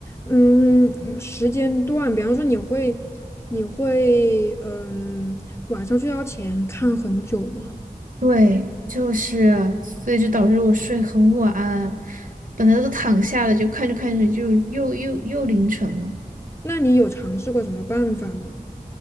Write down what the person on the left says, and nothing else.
嗯，时间段，比方说你会，你会，嗯，晚上睡觉前看很久吗？
那你有尝试过什么办法吗？